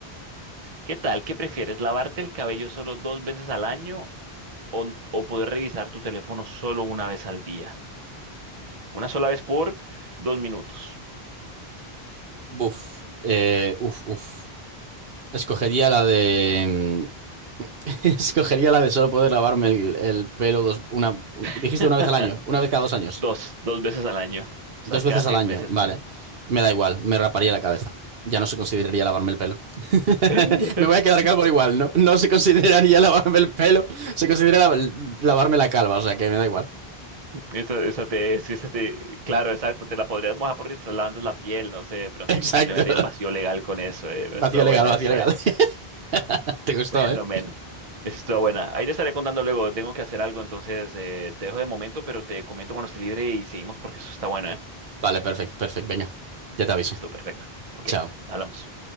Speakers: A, on the right (about 40°); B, on the right (about 70°).
A: ¿Qué tal? ¿Qué prefieres? ¿Lavarte el cabello solo dos veces al año o, o poder revisar tu teléfono solo una vez al día? Una sola vez por dos minutos.
B: buf, eh, uf, uf. Escogería la de... <laughs> Escogería la de solo poder lavarme el, el pelo dos, una... un- dijiste
A: <laughs>
B: una vez al año, una vez cada dos años.
A: Dos, dos veces al año. O
B: Dos
A: sea, cada
B: veces
A: seis
B: al año,
A: meses,
B: vale.
A: ponle.
B: Me da igual, me raparía la cabeza. Ya no se consideraría lavarme el pelo. <laughs>
A: <laughs>
B: Me voy a quedar calvo igual, ¿no? No se consideraría lavarme el pelo, se considera la- lavarme la calva, o sea que me da igual.
A: Esa, esa te, sí, esa te- claro, exacto, te la podrías mojar porque te estás lavando la piel, no sé, de pronto
B: <laughs> Exacto.
A: posiblemente hay un vacío legal con eso, eh.
B: Vacío
A: Estuvo
B: legal,
A: buena
B: vacío
A: esa,
B: legal.
A: eh. <laughs>
B: <laughs> Te gustó,
A: Bueno,
B: ¿eh?
A: men, esa estuvo buena. Ahí te estaré contando luego, tengo que hacer algo, entonces eh, te dejo de momento, pero te comento cuando esté libre y seguimos porque eso está bueno, eh.
B: Vale, perfecto, perfecto, venga. Ya te aviso.
A: Listo, perfecto. Ok,
B: Chao.
A: hablamos.